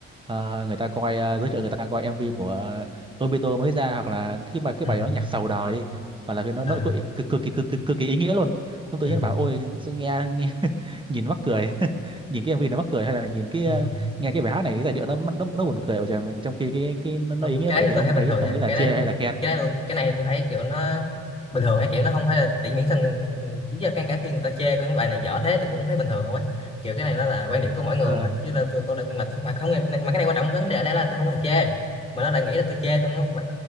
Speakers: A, on the right (about 15°); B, on the left (about 20°).
A: ờ, người ta coi ờ, giới thiệu người ta coi MV của ờ, Obito mới ra hoặc là cái bài cái
B: ừ
A: bài đó nhạc sầu đời đi hoặc là cái nó
B: ờ
A: nó cực cực cực kỳ cực, cực, cực kỳ ý nghĩa luôn ông tự
B: ừ
A: nhiên bảo ôi sao nghe nghe <laughs> nhìn mắc cười <laughs> nhìn cái MV nó mắc cười hay là nhìn cái
B: ừ
A: ờ, nghe cái bài hát này cái giai điệu nó nó, nó buồn cười vậy trời mà trong khi cái cái nó, nó
B: không
A: ý nghĩa
B: cái
A: vậy
B: đấy
A: thì
B: thì tôi
A: ông
B: thấy bình
A: thấy
B: thường
A: ông
B: nha
A: nghĩ là
B: cái
A: chê
B: đấy
A: hay là khen
B: cái này tôi cái này tôi thấy kiểu nó bình thường ấy kiểu nó không phải là tỉ miễn sao người- người- chỉ do cái cái khi người ta chê cái bài này dở thế tôi cũng thấy bình thường không ấy kiểu cái này nó là quan điểm của mỗi người
A: ừ.
B: mà chứ là tôi có được mà, mà không mà cái này quan trọng vấn đề ở đây là tôi không hề chê mà nó lại nghĩ là tôi chê xong nó mà